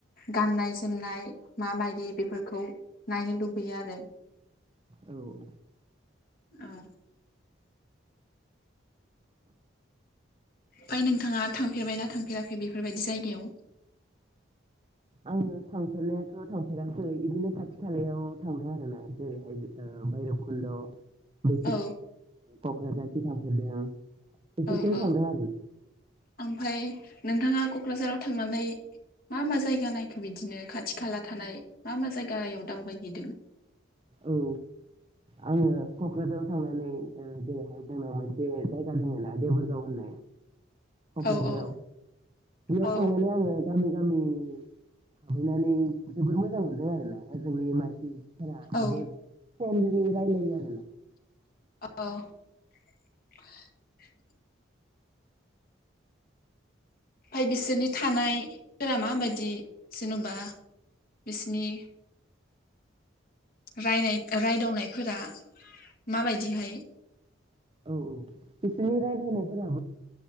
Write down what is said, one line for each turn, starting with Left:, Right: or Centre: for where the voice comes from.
Left: गाननाय जोमनाय माबायदि बेफोरखौ नायनो लुबैयो आरो।
Right: औ औ।
Left: औ। फाय नोंथाङा थांफेरबायना थांफेराखै बेफोरबायदि जायगायाव?
Right: आङो थांफेरनायाथ' थांफेराखै इदिनो खाथि खालायाव थांदों आरो ना जेरैहाय ओ भैरबकुन्द'। <unintelligible>
Left: औ
Right: ओ क'क्राझार <unintelligible> थांफेरदों बेफोरखिनो
Left: औ औ
Right: थांदों आरो
Left: ओमफाय नोंथाङा क'क्राझाराव थांनानै मा मा जायगा नायखो बिदिनो खाथि खाला थानाय मा मा जायगायाव दावबायहैदों?
Right: औ आङो क'क्राझाराव थांनानै ओ जेरैहाय जोंनाव मोनसे जायगा दोङो ना देबोरगाव होननाय क'क्राझाराव
Left: औ औ
Right: बेयाव
Left: औ
Right: थांनानै आङो गामि गामि हाबैनानै जोबोर मो जां मोनदों आरो ना ओजोंनि मानसिफोरा
Left: औ
Right: जोबोद <unintelligible> रायलायो आरोना
Left: <unintelligible> फाय बिसोरनि थानायफोरा माबायदि जेन'बा बिसनि रायनाय रायदावनायफोरा माबायदिहाय
Right: औ औ बिसोरनि रायलायनायफोराबो